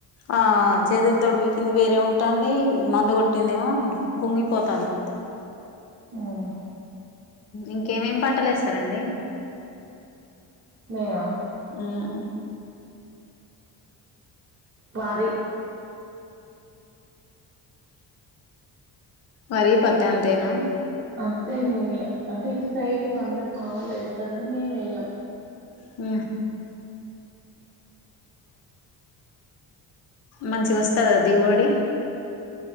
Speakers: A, on the left; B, on the right.
A: ఆ చేతుల తోడు పీకింది వేరే ఉంటాంది మందు కొట్టిందేమో కుంగిపోతాంది మొత్తం
B: ఉమ్
A: ఇంకేమేమి, పంటలు, ఎస్తారండి.
B: మేమ,
A: మ్మ్
B: వరి,
A: వరి, పత్తి, అంతేనా
B: అంతే, మేము, అంటే, ఇటు సైడ్ అందరు మా వాళ్ళు వేస్తారు. కానీ మేము వేయం
A: ఉ మంచిగా వస్తుందా దిగుబడి